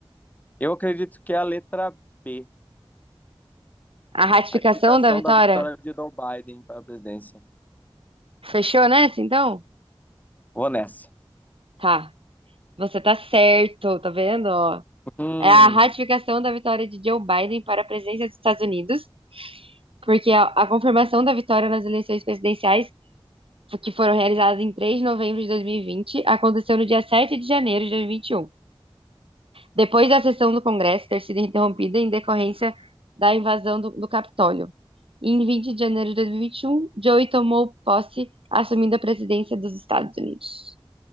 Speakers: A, on the left (about 15°); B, on the right (about 70°).
A: Eu acredito que é a letra B,
B: A ratificação
A: ratificação
B: da vitória
A: da vitória de Joe Biden para a presidência.
B: fechou nessa, então?
A: Vou nessa.
B: Tá. Você tá certo, tá vendo? Ó,
A: Hum,
B: é a ratificação da vitória de Joe Biden para a presidência dos Estados Unidos porque a, a confirmação da vitória nas eleições presidenciais, que foram realizadas em 3 de novembro de 2020, aconteceu no dia 7 de janeiro de 2021, depois da sessão do Congresso ter sido interrompida em decorrência da invasão do, do Capitólio. Em 20 de janeiro de 2021, Joey tomou posse, assumindo a presidência dos Estados Unidos,